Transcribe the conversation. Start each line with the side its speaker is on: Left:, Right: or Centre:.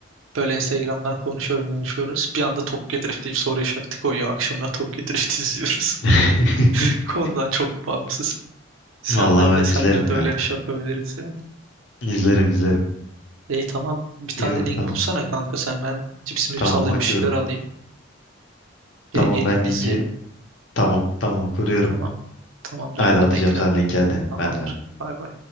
Right: Böyle Instagram'dan konuşuyoruz konuşuyoruz. Bir anda Tokyo Drift deyip soru işareti koyuyor. Akşamına Tokyo Drift izliyoruz.
Left: <laughs>
Right: <laughs> Konudan çok bağımsız. Senden
Left: Vallahi
Right: de
Left: ben
Right: senden
Left: izlerim
Right: de
Left: ya.
Right: öyle bir şey yapabiliriz yani.
Left: İzlerim izlerim.
Right: E tamam bir tane
Left: İyi olur,
Right: link
Left: tamam.
Right: bulsana kanka sen ben cips mips
Left: Tamam
Right: alayım
Left: açıyorum.
Right: bir şeyler alayım. Gel
Left: Tamam
Right: geleyim
Left: ben
Right: izleyelim.
Left: linki tamam tamam kuruyorum.
Right: Tamam tamamdır
Left: Hadi
Right: hadi
Left: atacağım
Right: bekliyorum.
Left: sen linki hadi.
Right: Tamamdır.
Left: ben de
Right: Bay bay.